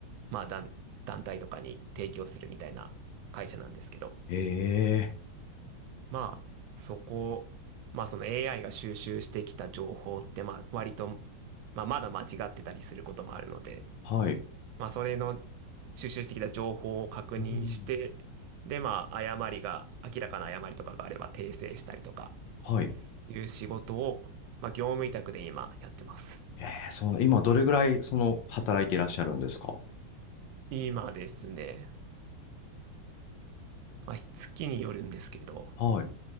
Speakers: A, on the right; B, on the left.
A: まあ、団、団体とかに提供するみたいな会社なんですけど、
B: ええ、
A: まあ、そこ、まあその AI が収集してきた情報って、まあ割と、まあまだ間違ってたりすることもあるので、
B: はい、
A: まあそれの収集してきた情報を確認して、
B: うん、
A: でまあ誤りが、明らかな誤りとかがあれば訂正したりとか
B: はい。
A: いう仕事を、まあ業務委託で今やってます。
B: ええ、その、今どれぐらい、その、働いていらっしゃるんですか
A: 今ですね、まあ月によるんですけど、
B: はい。